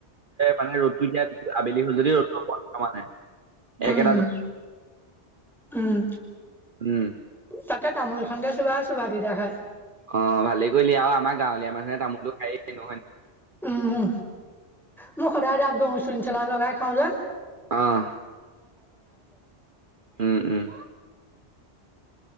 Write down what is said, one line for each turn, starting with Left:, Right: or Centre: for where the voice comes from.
Right: মানে ৰ'দটো এতিয়া আবেলি হল যদি ৰ'দটো ব মানে।
Centre: উম,
Right: একেটা।
Centre: উম,
Right: উম
Centre: তাকে তামোল এখনকে চোবাই আছো ভাত কিতা খাই।
Right: অ ভালেই কৰিলি আৰু আমাৰ গাঁৱলীয়া মানুহে তামোলটো খায়েই নহয়
Centre: উম। মোক সদায় দাত ধোও চিন চেলা লগাই থও যে
Right: আহ, উম উম।